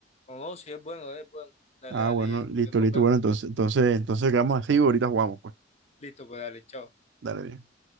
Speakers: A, on the left; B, on the right.
A: No, no, sí es bueno, es bueno. Dale,
B: Ah,
A: dale,
B: bueno,
A: y
B: listo,
A: nos
B: listo.
A: vemos,
B: Bueno, entonces,
A: dale.
B: entonces, entonces quedamos así y ahorita jugamos, pues.
A: Listo, pues dale, chao.
B: Dale bien.